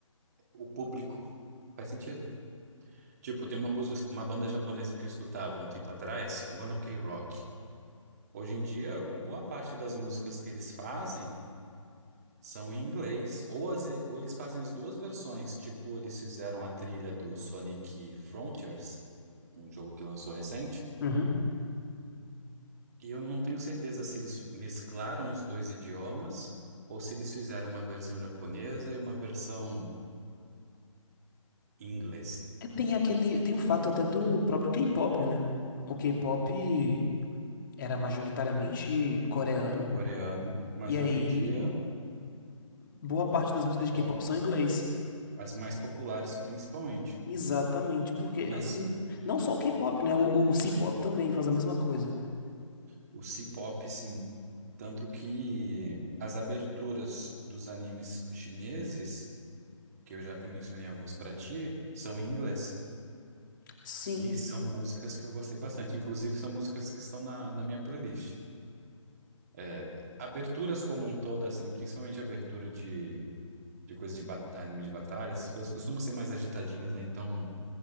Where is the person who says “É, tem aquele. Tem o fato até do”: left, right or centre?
Left